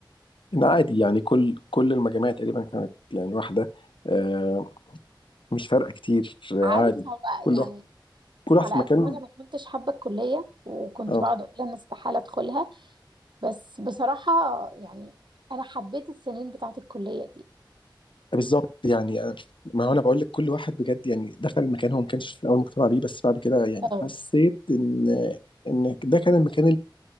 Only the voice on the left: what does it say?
ان عادي يعني كل كل المجاميع تقريبا كانت يعني واحده آه، مش فارقه كتير آه،
عادي
كل
واحد كل واحد
في مكان
اه
بالظبط يعني آه، ما هو انا بقول لك كل واحد بجد يعني دخل مكان هو ما كانش في الاول مقتنع بيه بس بعد كده يعني
حسيت ان ان ده كان المكان